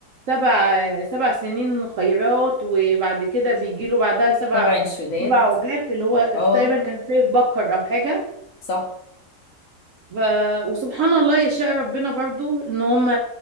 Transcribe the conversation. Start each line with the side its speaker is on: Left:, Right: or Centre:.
Right: سبع سبع سنين خيرات وبعد كده بيجي له بعدها سبع
Left: تبع الشداد
Right: سبع عجاف اللي هو
Left: اه
Right: تقريبا كان شايف بكر او حاجة
Left: صح
Right: ف... وسبحان الله يشاء ربنا برضو ان هم